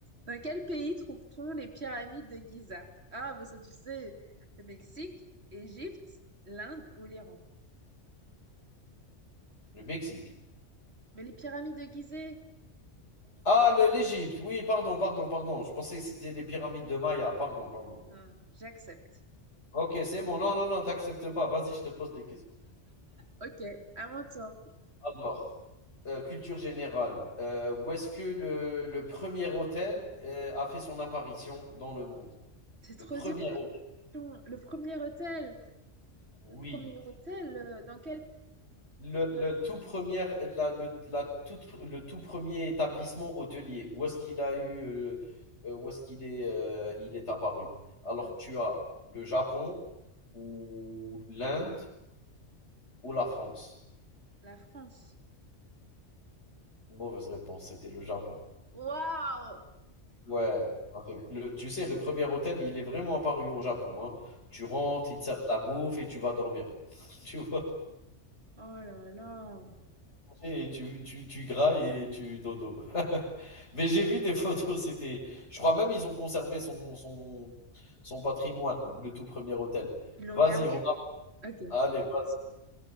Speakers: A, on the right (about 60°); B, on the left (about 70°).
A: Dans quel pays trouve-t-on les pyramides de Gizeh? Ah, mais ça, tu sais, le Mexique, Égypte, l'Inde ou l'Iran?
B: Le Mexique.
A: Mais les pyramides de Gizeh,
B: Ah, le- l'Égypte, oui, pardon, pardon, pardon. Je pensais que c'était les pyramides de Maya, pardon, pardon.
A: Ah, j'accepte.
B: Ok, c'est bon, non, non, non, t'acceptes pas, vas-y, je te pose des questions.
A: Ok, à mon tour.
B: Alors, euh, culture générale, euh, où est-ce que le, le premier hôtel euh, a fait son apparition dans le monde?
A: C'est trop
B: Le premier
A: dur
B: hôtel,
A: ces questions. Le premier hôtel,
B: oui.
A: le premier hôtel, euh, dans quel
B: Le,
A: dans-
B: le tout premier, la, le, la toute, le tout premier établissement hôtelier, où est-ce qu'il a eu, euh, euh, où est-ce qu'il est, euh, il est apparu? Alors,
A: en
B: tu as le Japon ou l'Inde ou la France.
A: la France.
B: Mauvaise réponse, c'était le Japon.
A: Waouh!
B: Ouais, le- tu sais, le premier hôtel, il est vraiment apparu au Japon, hein. Tu rentres, ils te servent de la bouffe et tu vas dormir. <laughs> Tu vois?
A: Oh là là.
B: Et tu, tu, tu grailles et tu dodo. <laughs> Mais j'ai vu des photos, c'était. Je crois même ils ont conservé son, son, son patrimoine, le tout premier hôtel.
A: Ils l'ont
B: Vas-y,
A: gardé?
B: on a.
A: Ok.
B: Allez, vas-y.